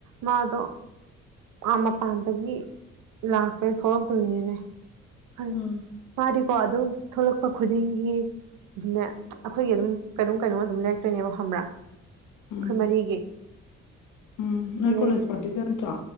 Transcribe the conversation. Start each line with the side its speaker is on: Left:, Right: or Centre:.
Right: ꯃꯥꯗꯣ ꯑꯥ ꯃꯄꯥꯟꯗꯒꯤ ꯂꯥꯛꯇꯣꯏ ꯊꯣꯛꯂꯛꯇꯣꯏꯅꯦꯅꯦ ꯐꯩ
Left: ꯎꯝ
Right: ꯃꯥꯗꯤꯀꯣ ꯑꯗꯨꯝ ꯊꯣꯛꯂꯛꯄ ꯈꯨꯗꯤꯡꯒꯤ ꯑꯗꯨꯅꯦ ꯑꯩꯈꯣꯏꯒꯤ ꯑꯗꯨꯝ ꯀꯩꯅꯣꯝ ꯀꯩꯅꯣꯝ ꯑꯗꯨꯝ ꯂꯩꯔꯛꯇꯣꯏꯅꯦꯕ ꯈꯪꯕ꯭ꯔꯥ
Left: ꯎꯝ
Right: ꯑꯈꯣꯏ ꯃꯔꯤꯒꯤ
Left: ꯎꯝ ꯅꯣꯏ
Right: ꯑꯗꯩ
Left: ꯀꯣꯂꯦꯖ ꯄ꯭ꯔꯥꯇꯤꯗ ꯅꯠꯇ꯭ꯔꯣ